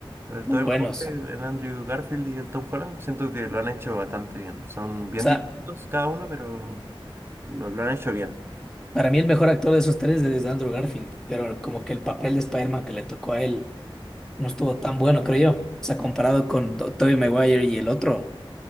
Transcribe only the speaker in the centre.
Muy
buenos.
O sea,
para mí el mejor actor de esos tres es Andrew Garfield. Pero como que el papel de Spider-Man que le tocó a él no estuvo tan bueno, creo yo. O sea, comparado con Do- Tobey Maguire y el otro.